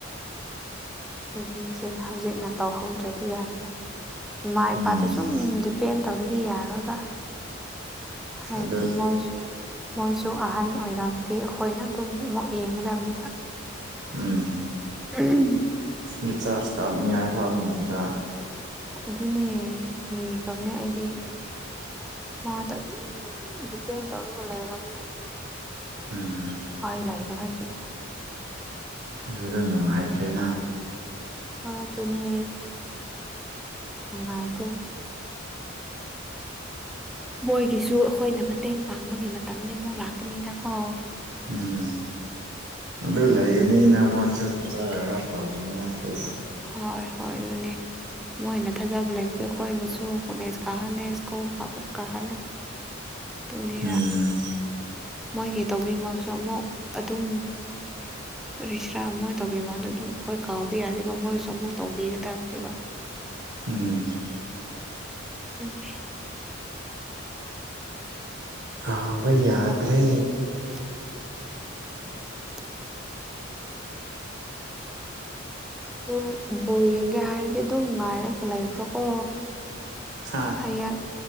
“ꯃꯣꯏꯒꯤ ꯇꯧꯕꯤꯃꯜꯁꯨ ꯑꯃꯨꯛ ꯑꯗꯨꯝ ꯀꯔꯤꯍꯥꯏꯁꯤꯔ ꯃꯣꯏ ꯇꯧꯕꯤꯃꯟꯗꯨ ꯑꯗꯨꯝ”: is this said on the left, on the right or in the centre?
Centre